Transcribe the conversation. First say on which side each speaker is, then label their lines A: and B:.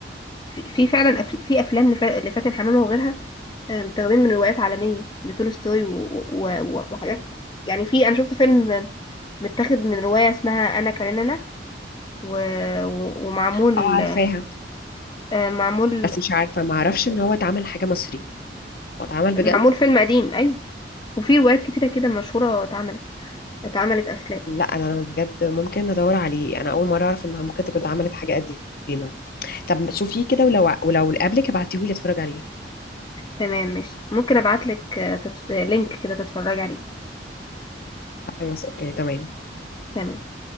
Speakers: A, on the left; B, on the left.
A: في في فعلا أفل... في افلام لف... لفاتن حمامه وغيرها آه، متاخدين من روايات عالميه لتولستوي و... و... و... وحاجات يعني في انا شفت فيلم متاخد من روايه اسمها انا كارينانا و... و... ومعمول
B: اه عارفاها
A: آه، معمول
B: بس مش عارفه ما اعرفش ان هو اتعمل حاجه مصري هو اتعمل بجد
A: معمول فيلم قديم ايوه وفي روايات كتيرة كده مشهورة اتعملت اتعملت افلام
B: لا انا بجد ممكن ادور عليه انا اول مره اعرف انها ممكن تكون اتعملت حاجه قديمه طب شوفيه كده ولو ولو قبلك ابعتيهولي اتفرج عليه
A: تمام ماشي ممكن ابعتلك آه، تت... لينك كده تتفرجي عليه
B: خلاص اوكي تمام
A: تمام